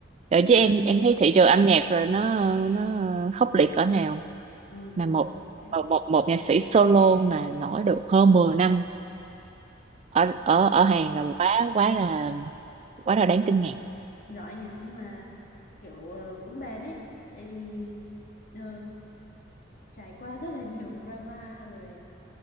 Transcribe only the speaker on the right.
Vậy chứ
em em thấy thị trường âm nhạc rồi nó nó khốc liệt cỡ nào
mà một
một một nhạc sĩ solo mà nổi được hơn 10 năm ở ở ở Hàn là quá quá là quá là đáng kinh ngạc.